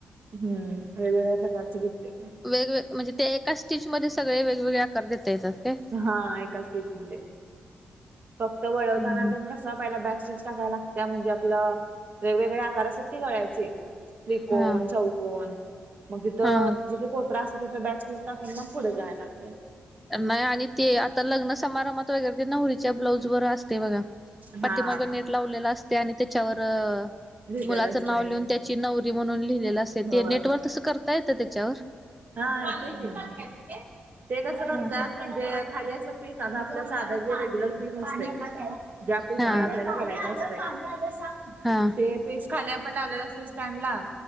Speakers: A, on the right; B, in the centre.
A: हम्म वेगवेगळ्या प्रकारचे बुट्टे
B: वेगवेग म्हणजे ते एका स्टीचमध्ये सगळे वेगवेगळे आकार देता येतात काय.
A: हा एका स्टीचमध्ये फक्त वळवताना
B: हं, हं.
A: दनघस पहिला बॅक सीट टाकायला लागत्या. म्हणजे आपलं वेगवेगळे आकार असतात की गळायचे. त्रिकोण,
B: हां,
A: चौकोण मग तिथं
B: हां.
A: जिथ कोपरा अस तिथे बॅक स्पेस टाकुन मग पुढे जाय लागतय.
B: नाही आणि ते आता लग्न समारंभात बघा त्या नवरीच्या ब्लाऊज वर असते बघा.
A: हा
B: पाठी मागे नेट लावलेला असते. आणि त्याच्यावर
A: लिहिलेलं
B: मुलाच
A: असतंय.
B: नाव लिहून त्याची नवरी म्हणून लिहिलेल असत.
A: होय.
B: ते नेटवर्क तस करता येत त्याच्यावर.
A: हा ते कि. ते कस करत्यात
B: हां, हां.
A: म्हणजे खाली पीस आ आपल्या आधा जे रेग्युलर पीस असते. ज्या पीसावर
B: हां,
A: आपल्याला करायचय
B: हां.
A: ते पीस खाली पण लावलेले असते स्टँडला.